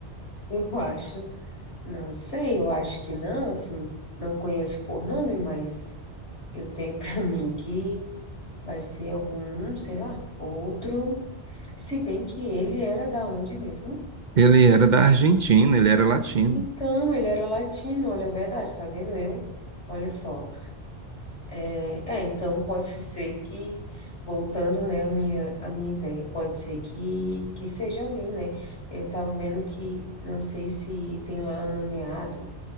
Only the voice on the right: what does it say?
Ele era da Argentina, ele era latino.